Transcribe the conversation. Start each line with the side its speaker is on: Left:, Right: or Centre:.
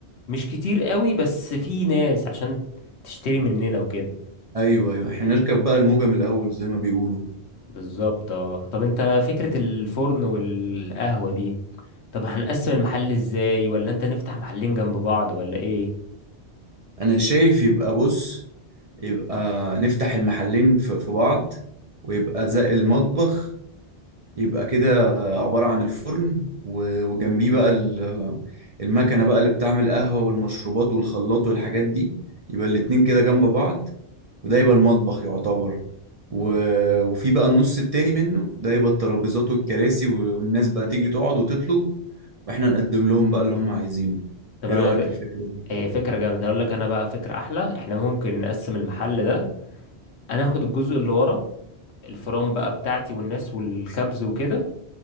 Left: مش كتير قوي بس في ناس عشان تشتري مننا وكده
Right: ايوه ايوه احنا نركب بقى الموجة من الاول زي ما بيقولوا
Left: بالظبط اه طب انت فكرة الفرن والقهوة دي طب هنقسم المحل ازاي ولا انت نفتح محلين جنب بعض ولا ايه
Right: انا شايف يبقى بص يبقى نفتح المحلين في في بعض ويبقى زي المطبخ يبقى كده عبارة عن الفرن و- وجنبيه بقى ال- المكنة بقى اللي بتعمل قهوة والمشروبات والخلاط والحاجات دي يبقى الاتنين كده جنب بعض وده يبقى المطبخ يعتبر و- وفي بقى النص التاني منه ده يبقى الترابيزات والكراسي و- والناس بقى تيجي تقعد وتطلب واحنا نقدم لهم بقى اللي هم عايزينه
Left: طب
Right: ايه
Left: انا
Right: رأيك
Left: ج...
Right: في الفكرة دي؟
Left: هي فكرة جامدة اقول لك انا بقى فكرة احلى احنا ممكن نقسم المحل ده انا اخد الجزء اللي ورا الفرن بقى بتاعتي والناس والخبز وكده